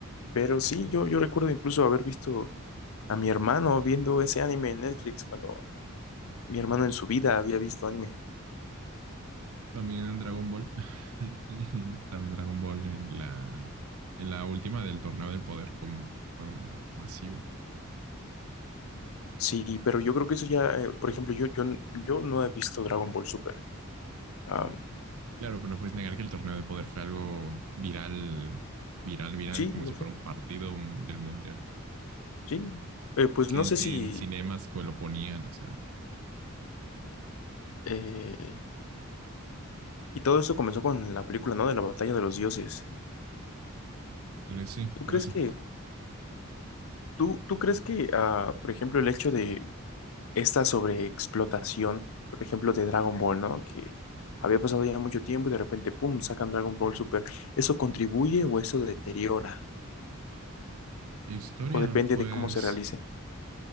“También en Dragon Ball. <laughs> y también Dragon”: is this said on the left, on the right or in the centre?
Right